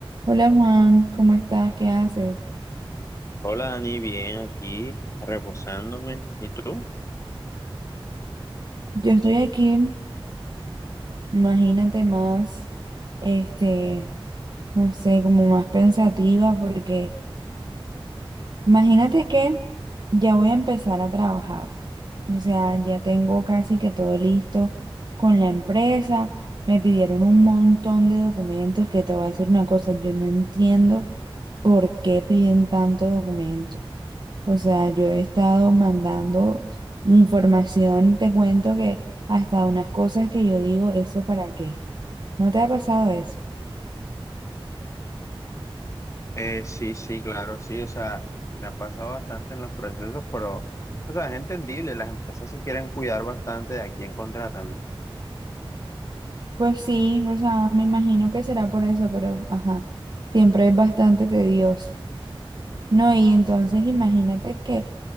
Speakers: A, on the right; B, on the left.
A: Hola Juan, ¿cómo estás? ¿Qué haces?
B: Hola Dani, bien aquí, reposándome. ¿Y tú?
A: Yo estoy aquí, imagínate más, este, no sé, como más pensativa porque imagínate que ya voy a empezar a trabajar. O sea, ya tengo casi que todo listo con la empresa. Me pidieron un montón de documentos que te voy a decir una cosa, yo no entiendo por qué piden tanto documento. O sea, yo he estado mandando información, te cuento que hasta unas cosas que yo digo, ¿eso para qué? ¿No te ha pasado eso?
B: Eh, sí, sí, claro, sí, o sea, me ha pasado bastante en los procesos, pero, o sea, es entendible, las empresas se quieren cuidar bastante de a quién contratan, ¿no?
A: Pues sí, o sea, me imagino que será por eso, pero ajá, siempre es bastante tedioso. No, y entonces imagínate que